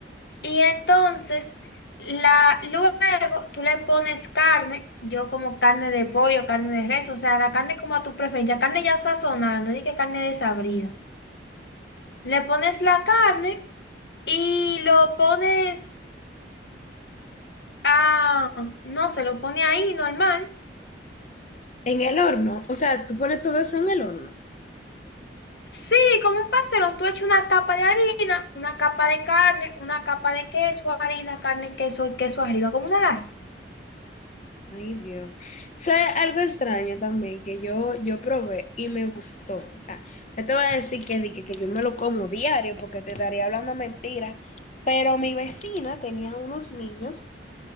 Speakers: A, on the left; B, on the left.
A: Y entonces, la, luego tú le pones carne, yo como carne de pollo, carne de res, o sea, la carne como a tu preferencia, carne ya sazonada, no que carne desabrida. Le pones la carne y lo pones a, no se lo pone ahí normal.
B: En el horno. O sea, tú pones todo eso en el horno.
A: Sí, como un pastelón, tú echas una capa de harina, una capa de carne, una capa de queso, harina, carne, queso y queso arriba, como una lasaña.
B: Ay, Dios. sé algo extraño también que yo, yo probé y me gustó? O sea, no te voy a decir que, di que, que yo me lo como diario porque te estaría hablando mentira, pero mi vecina tenía unos niños